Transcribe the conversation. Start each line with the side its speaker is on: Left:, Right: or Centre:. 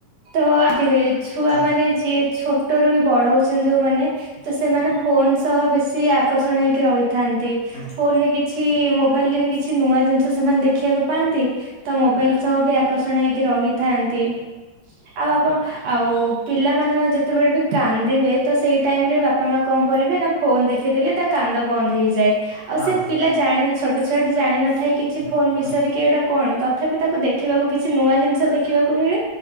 Right: ଆ ଥିବେ ଛୁଆ
Left: ହଁ
Right: ମାନେ ଯିଏ ଛୋଟ ରୁ ବି ବଡ ହଉଛନ୍ତି ଯୋଉମାନେ ତ ସେମାନେ ଫୋନ ସହ ବେଶୀ ଆକର୍ଷଣ ହେଇକି ରହିଥାନ୍ତି
Left: ହଁ ହଁ
Right: ଫୋନ ରେ କିଛି କିଛି ମୋବାଇଲରେ ବି କିଛି ନୂଆ ଜିନିଷ ସେମାନେ ଦେଖିବାକୁ ପାଆନ୍ତି ତ ମୋବାଇଲ ସହ ବି ଆକର୍ଷଣ ହେଇକି ରହିଥାନ୍ତି। ଆଉ ଆପଣ ଆଉ ପିଲା ମାନ ଯେତେବେଳେ ବି କାନ୍ଦିବେ ତ ସେଇ ଟାଇମ ରେ ବାପା ମା କଣ କଣ କରିବେ ନା ଫୋନ ଦେଖିଦେଲେ ତା କାନ୍ଦ ବନ୍ଦ ହେଇଯାଏ ଆଉ
Left: ହଁ
Right: ସେ
Left: ହଁ ହଁ
Right: ପିଲା ଜାଣ ଛୋଟ ଛୁଆଟେ ଜାଣିନ ଥାଇ କିଛି
Left: ହୁଁ
Right: ଫୋନ ବିଷୟରେ
Left: ହୁଁ
Right: କି ଏଇଟା କଣ ତଥାପି ତାକୁ ଦେଖିବାକୁ କିଛି ନୂଆ ଜିନିଷ ଦେଖିବାକୁ ମିଳେ